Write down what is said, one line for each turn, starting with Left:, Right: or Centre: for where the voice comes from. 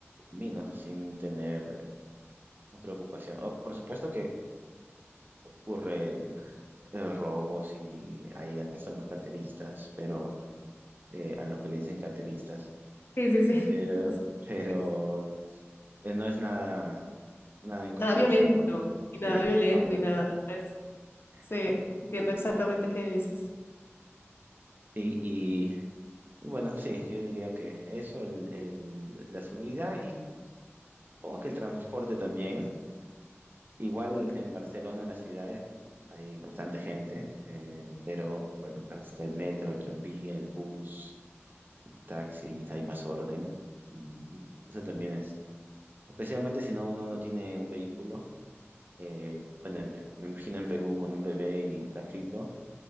Right: camino, sin tener eh, preocupación. Oh, por supuesto que ocurre eh, robos y ahí acá están los carteristas, pero eh, a los que le dicen carteristas,
Left: Sí, sí, sí. <laughs>
Right: pero,
Left: Es-
Right: pero
Left: es
Right: eh, no es nada nada en comparación
Left: nada violento
Right: con,
Left: y nada
Right: sí,
Left: violento
Right: con la de
Left: y nada,
Right: sí,
Left: pues, sí,
Right: sí.
Left: entiendo exactamente qué dices.
Right: Y, y, y bueno, sí, yo diría que eso, el, el- la seguridad y supongo que el transporte también. Igual
Left: Ok,
Right: en Barcelona, en las ciudades, hay bastante gente, eh, pero bueno, está el metro, el tranvía, el bus, taxis, hay más orden. Y eso también es, especialmente si no uno no tiene un vehículo. eh, bueno, me me imagino en Perú con un bebé y un carrito